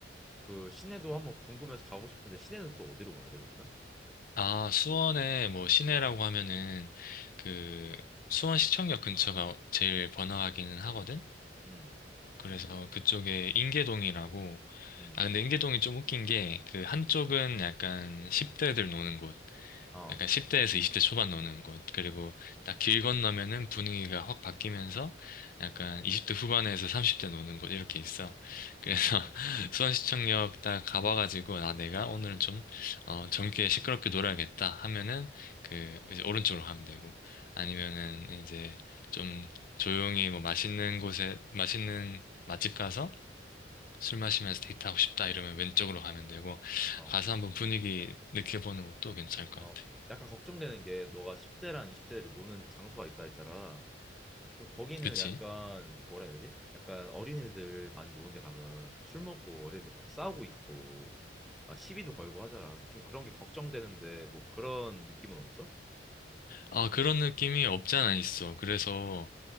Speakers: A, in the centre; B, on the left (about 50°).
A: 그 시내도 한번 궁금해서 가고 싶은데 시내는 또 어디로 가야 돼, 그러면?
B: 아, 수원에 뭐 시내라고 하면은 그 수원시청역 근처가 제일 번화하기는 하거든?
A: 음,
B: 그래서 그쪽에 인계동이라고.
A: 음.
B: 아, 근데 인계동이 좀 웃긴 게 그 한쪽은 약간 10대들 노는 곳.
A: 어.
B: 약간 10대에서 20대 초반 노는 곳. 그리고 딱 길 건너면은 분위기가 확 바뀌면서 약간 20대 후반에서 30대 노는 곳 이렇게 있어. 그래서
A: 음,
B: <laughs> 수원시청역 딱 가봐가지고 아 내가 오늘은 좀 어, 젊게 시끄럽게 놀아야겠다 하면은 그 이제 오른쪽으로 가면 되고 아니면은 이제 좀 조용히 뭐 맛있는 곳에 맛있는 맛집 가서 술 마시면서 데이트하고 싶다 이러면 왼쪽으로 가면 되고
A: 어,
B: 가서 한번 분위기 느껴보는 것도 괜찮을 것
A: 어.
B: 같아.
A: 약간 걱정되는 게 너가 10대랑 20대들이 노는 장소가 있다 했잖아. 그럼 거기는
B: 그치?
A: 약간 뭐라 해야 되지? 약간 어린애들 많이 노는 데 가면 술 먹고 어린애들 막 싸우고 있고 막 시비도 걸고 하잖아. 좀 그런 게 걱정되는데 뭐 그런 느낌은 없어?
B: 아, 그런 느낌이 없지 않아 있어. 그래서